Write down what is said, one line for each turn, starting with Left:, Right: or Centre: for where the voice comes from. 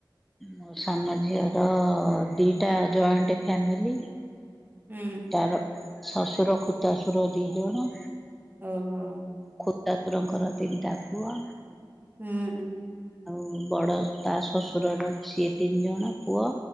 Centre: ମୋ ସାନ ଝିଅର-ଅ ଦିଟା ଜଏଣ୍ଟ ଫ୍ୟାମିଲି।
Right: ହୁଁ।
Centre: ତାର ଶଶୁର, ଖୁତାଶୁର ଦି ଜଣ।
Right: ଓହୋ।
Centre: ଖୁତାସୁରଙ୍କର ତିନିଟା ପୁଅ।
Right: ହୁଁ।
Centre: ଆଉ ବଡ ତା ଶ୍ୱଶୁର ର ସିଏ ତିନି ଜଣ ପୁଅ,